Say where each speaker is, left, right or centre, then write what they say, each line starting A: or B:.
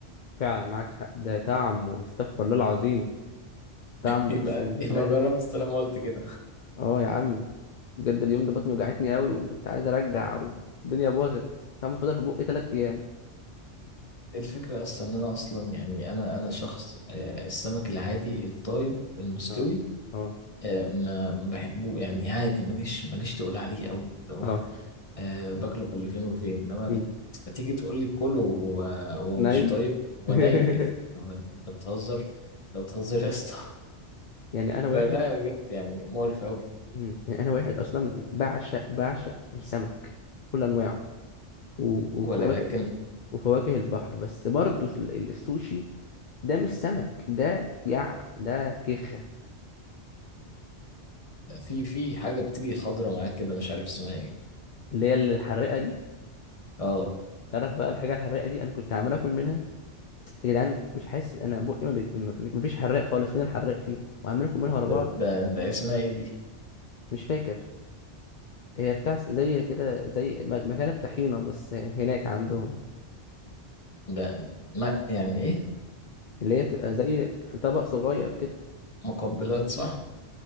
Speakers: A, on the left; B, on the left.
A: فعلا معاك حق ده طعمه استغفر الله العظيم دعم
B: يبقى
A: اقسم بالله
B: يبقى جربت طالما قلت كده
A: اه يا عم بجد اليوم ده بطني وجعتني قوي وكنت عايز ارجع والدنيا باظت طعمه فضل في بقي تلات ايام
B: الفكره اصلا ان انا اصلا يعني انا انا شخص آه السمك العادي الطيب المستوي
A: اه اه
B: آه، ما ما بحبه يعني عادي ماليش ماليش تقول عليه قوي اللي هو
A: اه
B: آه باكله كل فين وفين انما
A: مم.
B: ال- فتيجي تقول لي كله وهو وهو
A: ني
B: مش طيب وني
A: <laughs>
B: هو انت أنت بتهزر انت بتهزر يا اسطى <laughs>
A: يعني انا واحد
B: فلا بجد يعني مقرف قوي
A: مم. يعني انا واحد اصلا بعشق بعشق السمك كل انواعه و-
B: ولكن
A: وفواكه وفواكه البحر بس برضه ال- ال- السوشي ده مش سمك ده يع ده كيخة
B: لا، في في حاجه بتيجي خضره معاك كده مش عارف اسمها ايه
A: اللي هي الحراقة دي
B: اه
A: تعرف بقى الحاجة الحراقة دي أنا كنت عمال آكل منها يا جدعان مش حاسس انا بقي ما بي- ما بي- مفيش حراق خالص فين الحراق فيه وعمالين كلهم ورا بعض
B: ده ده, ده اسمها ايه دي
A: مش فاكر هي بتاع س- زي كده زي م- مكان الطحينه بس هناك عندهم
B: ده ما يعني ايه
A: اللي هي تبقى زي في طبق صغير كده
B: مقبلات صح